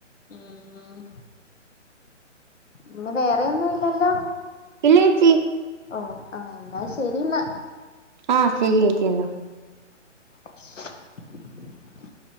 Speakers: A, on the left (about 75°); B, on the right (about 40°).
A: ഉം പിന്നെ വേറെയൊന്നും ഇല്ലല്ലോ
B: ഇല്ലേച്ചി
A: ഓ ആഹ് എന്നാ ശരിന്നാ
B: ആഹ് ശെരി ചേച്ചി എന്നാ
A: <unintelligible>